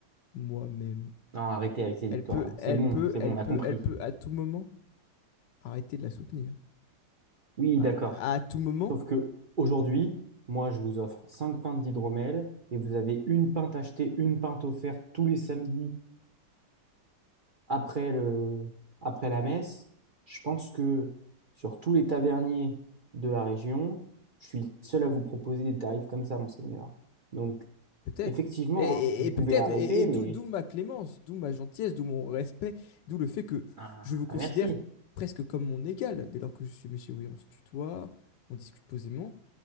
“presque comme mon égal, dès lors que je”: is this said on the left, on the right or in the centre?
Left